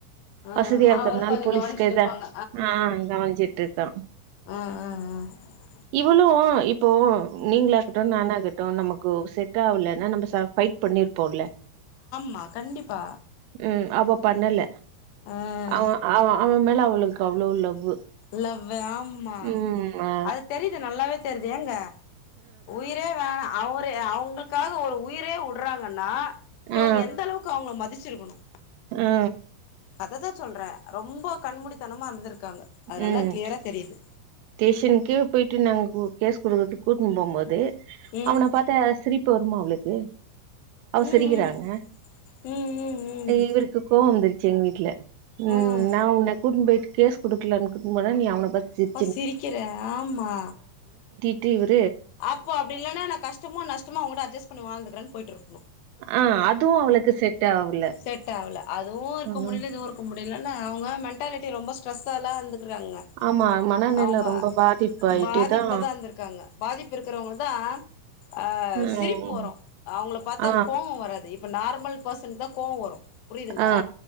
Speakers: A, on the left; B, on the right.
A: ஆ
B: வசதியா இருக்கற்னால
A: அவரு கொஞ்ச
B: போலீஸ்
A: கவனிச்சுட்டு
B: கேட்ட
A: இருப்பாங்க
B: ஆ கவன்சிட்ருக்கா
A: அ அ அ
B: இவளு இப்போ நீங்ளாக்கட்டு நானாகட்டு நமக்கு செட் ஆவுல என்னா நம்ப சா ஃபைட் பண்ணிருப்போல்ல
A: மா கண்டிப்பா
B: ம் அவ பண்ணல
A: ஆ
B: அவ அவ அவ மேல அவளு க்கு அவ்ளோ லவ்வு
A: லவ்வு ஆம்மா
B: ம் ஆ
A: அது தெரியிது நல்லாவே தெரிது ஏங்க உயிரே வேணா அவரு அவுங்கள்காக ஒரு உயிரே வுட்றாங்கன்னா இவுங்க
B: ஆ ஆ
A: எந்தளவுக்கு அவுங்கள மதி ச்சிருக்கணு
B: ஆ
A: ததா சொல்றே ரொம்ப கண்முடித் தனமா இருந்திருக்காங்க அது நல்லா
B: ம்
A: கிளியரா தெரியுது
B: ஸ்டேஷனுக்கே போயிட்டு நாங்க கேஸ் குடுறதுக்கு கூட்டின்னு போம்போது
A: ம்
B: அவன பாத்தா யார சிரிப்ப வருமா அவளுக் உ அவ
A: ம்
B: சிரிக்கிறாங்க
A: ம் ம் ம் ம் ம்
B: இவருக்கு கோவோ வந்துரு எங்க வீட்ல உ
A: ம்
B: நா உன்ன கூட்டினு போய்ட்டு கேஸ் குடுக்கலனு கூட்னு போனா நீ அவன பாத்தி சிரி
A: அப்பா சிரிக்கிறே ஆமா
B: ட்டு இவர்
A: அப்போ அப்டி இல்லனா நா கஷ்டமோ நஷ் சும்மா ஒங்கிட்ட அஜ்ஜஸ் பண்ணி வாழ்ந்துக்கிறேனு போய்ட்டுருக்
B: ஆ அதுவு அவளுக்கு செட் ஆவல
A: செட் ஆவல அதுவு இருக்க
B: ம்
A: முடில இதுவு இருக்க முடியலனா அவங்க மென்டாலிட்டி ரொம்ப ஸ்ட்ரெஸ்ஸெலா இந்துக்கிறாங்க
B: ஆமா மனநில
A: அவங்க
B: ரொம்ப பாதிப்பாயிட்டுதா
A: பாதிப்பிலதா இந்திருக்காங்க பாதிப்பு இருக்கிறவங்கதா ஆ
B: ம்.
A: சிரிப்பு வரு அவங்கள பாத்தா
B: ஆ,
A: கோவோ வராது இப்ப நார்மல் பர்சனுக்குதா கோவோ வரு புரியுதுங்களா
B: ஆ,